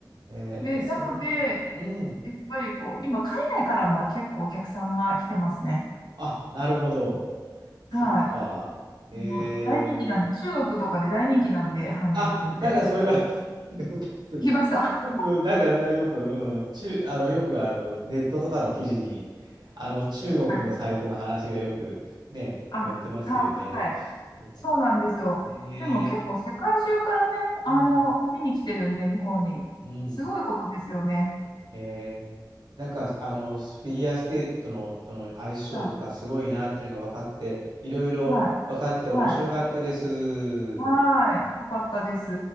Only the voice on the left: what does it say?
で、なので、
やっぱりこう、今海外からも結構お客さんが来てますね。
は
い。もう大人気なんで、中国とかで大人気なんで、韓流くんって。
聞きました
<laughs>
はい。あ、
はい。はい
そうなんですよ。
でも結構世界中からね、あの、
見に来てるんで、日本に。
すごいことですよね。
はい。はい。はい。はい。よかったです。